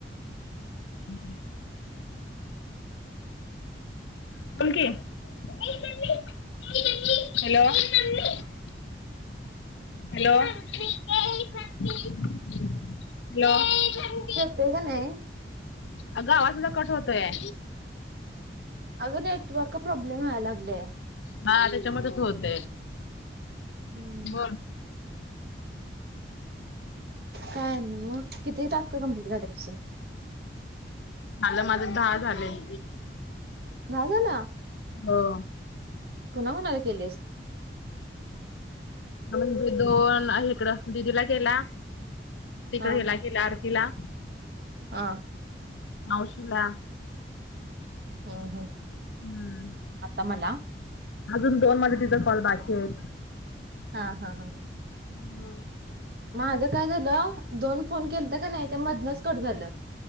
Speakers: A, on the left; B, on the right.
A: हम्म बोल कि ए मम्मी ए मम्मी हॅलो ए मम्मी हॅलो ए मम्मी ए मम्मी हॅलो ए मम्
B: ठेवतोय का नाय
A: अगं आवाज तुझा कट होतोय.
B: अगं नेटवर्क प्रॉब्लेम व्हाया लागलंय.
A: हा त्याच्यामुळ तसं होतंय
B: हम्म
A: बर
B: काय आणि मग किती टास्क कम्प्लीट झालेत तुझं
A: मला माझं दहा झालंय.
B: झालं ना.
A: हो.
B: कुणाकुणाला केलीस?
A: म्हणजे दोन आहे इकडं, दिदीला केला. तिकडे
B: हा
A: हिला केला आरतीला.
B: हा.
A: मावशीला.
B: हम्म हम्म,
A: हम्म
B: आता मला?
A: अजून दोन माझं तिच कॉल बाकी आहेत.
B: हा हा हा.
A: हा.
B: माझं काय झालं, दोन फोन केलतं का नाही, ते मधनच कट झालं.